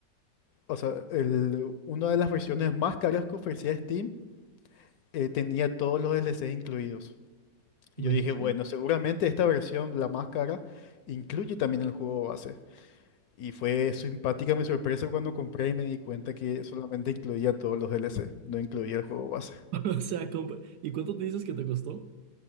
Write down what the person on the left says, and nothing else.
O sea, el, una de las versiones más caras que ofrecía Steam eh, tenía todos los DLCs incluidos. Y
yo dije, bueno, seguramente esta versión, la más cara, incluye también el juego base. Y fue simpática mi sorpresa cuando compré y me di cuenta que solamente incluía todos los DLC, no incluía el juego base.